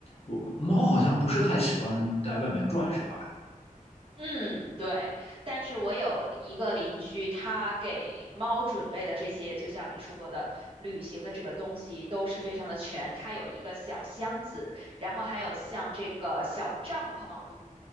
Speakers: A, on the left; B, on the right.
A: 我猫好像不是太喜欢在外面转，是吧？
B: 嗯，对。但是我有一个邻居，他给猫准备的这些，就像你说的，旅行的这个东西都是非常的全。他有一个小箱子，然后还有像这个小帐篷。